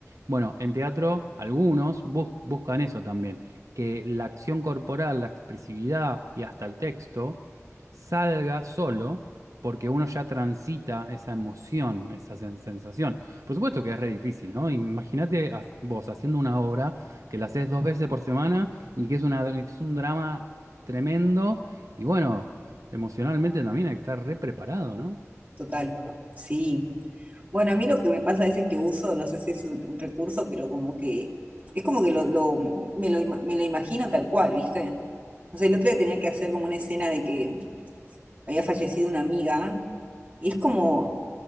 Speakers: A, on the right (about 80°); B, on the right (about 30°).
A: Bueno, en teatro algunos bus- buscan eso también que la acción corporal, la expresividad y hasta el texto salga solo porque uno ya transita esa emoción, esa sen- sensación. Por supuesto que es re difícil, ¿no? Imagínate ha- vos haciendo una obra que la haces dos veces por semana y que es una, es un drama tremendo y bueno, emocionalmente también hay que estar re preparado, ¿no?
B: total, sí. Bueno, a mí lo que me pasa es que uso, no sé si es un, un recurso, pero como que es como que lo, lo- me lo, ima- me lo imagino tal cual, ¿viste? O sea, el otro día tenía que hacer como una escena de que había fallecido una amiga y es como